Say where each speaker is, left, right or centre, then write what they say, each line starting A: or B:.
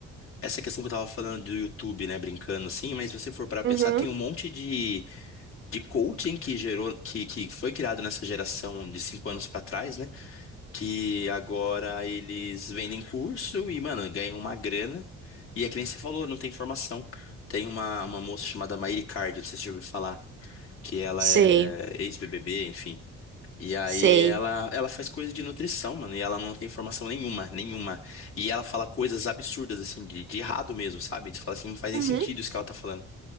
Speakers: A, on the left; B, on the right.
A: essa questão que eu tava falando do YouTube, né, brincando assim, mas se você for para pensar,
B: Uhum.
A: tem um monte de, de coaching que gerou, que, que foi criado nessa geração de cinco anos para trás, né, que agora eles vendem curso e, mano, ganham uma grana. E é que nem você falou, não tem formação. Tem uma, uma moça chamada Maíra Cardio, não sei se você já ouviu falar, que ela é
B: Sei,
A: ex-BBB, enfim. E aí
B: sei.
A: ela, ela faz coisa de nutrição, mano, e ela não tem formação nenhuma, nenhuma. E ela fala coisas absurdas, assim, de, de errado mesmo, sabe? Você fala assim, não faz nem
B: Uhum.
A: sentido isso que ela tá falando.